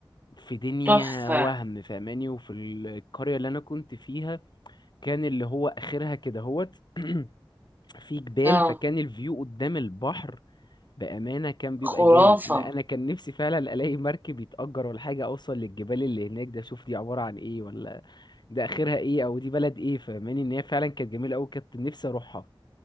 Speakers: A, on the left (about 55°); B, on the right (about 20°).
A: في دنيا
B: تحفه
A: وهم فاهماني وفي القرية اللي أنا كنت فيها كان اللي هو آخرها كده هوت <clears throat> في جبال
B: اه
A: فكان الفيو قدام البحر بأمانة كان بيبقى
B: خرافه
A: جامد أنا أنا كان نفسي فعلا ألاقي مركب يتأجر ولا حاجة أوصل للجبال اللي هناك ده أشوف دي عبارة عن إيه ولا ده آخرها إيه أو دي بلد إيه فاهماني إن هي فعلا كانت جميلة أوي كنت نفسي أروحها